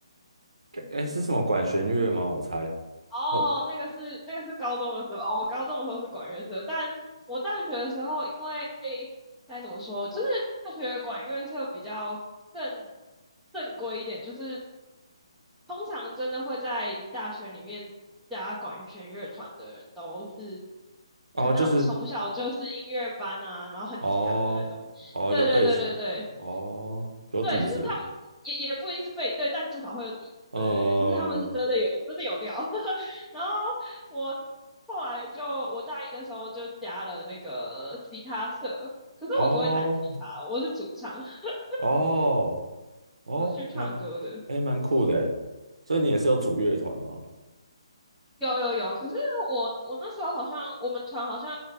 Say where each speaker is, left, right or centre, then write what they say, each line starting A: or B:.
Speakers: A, on the right; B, in the centre.
A: 哎，是什么管弦乐吗？我猜，
B: 哦，
A: 哦
B: 那个是那个是高中的时候，哦我高中的时候是管乐社，但我大学的时候，因为该怎么说，就是大学管乐社比较更正规一点，就是通常真的会在大学里面加管弦乐团的人，都是
A: 哦，
B: 可能那种从小就是音乐班啊，
A: 就是。
B: 然后很强的那种。
A: 哦哦，
B: 对对对对对
A: 有背景，哦，有底子，
B: 对，就是他们也也不一定是背对，但至少会有底子对对对，
A: 嗯，
B: 就是他们是真的有真的有料。<laughs> 然后我后来就我大一的时候就加了那个吉他社，可是我不会弹吉他，
A: 哦
B: 我是主唱，<laughs>
A: 哦哦，
B: 我是去唱歌的。
A: 蛮，哎，蛮酷的诶，所以你也是有组乐团吗？
B: 有有有，可是我我那时候好像我们团好像